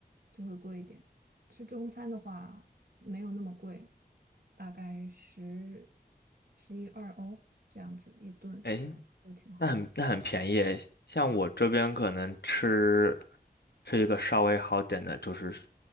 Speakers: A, on the right (about 65°); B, on the left (about 85°).
A: 就会贵一点。吃中餐的话没有那么贵，大概十十一二欧这样子一顿，
B: 诶，
A: 可以都挺好
B: 那很那很便宜诶，像我这边可能吃吃一个稍微好点的，就是